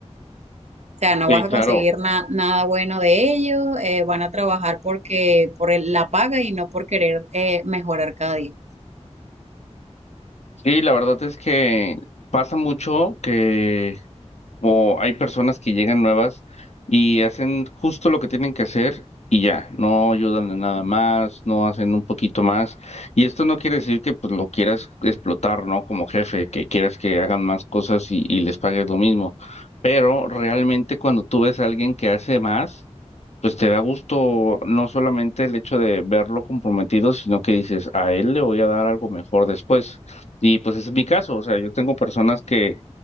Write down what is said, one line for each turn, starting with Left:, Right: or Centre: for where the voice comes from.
Right: O sea, no
Left: Sí,
Right: vas
Left: claro.
Right: a conseguir na- nada bueno de ellos, eh, van a trabajar porque por el- la paga y no por querer eh, mejorar cada día.
Left: Sí, la verdad es que pasa mucho que o hay personas que llegan nuevas y hacen justo lo que tienen que hacer y ya, no ayudan en nada más, no hacen un poquito más. Y esto no quiere decir que pues lo quieras explotar, ¿no? Como jefe, que quieras que hagan más cosas y, y les pagues lo mismo. Pero realmente cuando tú ves a alguien que hace más, pues te da gusto no solamente el hecho de verlo comprometido, sino que dices, a él le voy a dar algo mejor después. Y pues ese es mi caso, o sea, yo tengo personas que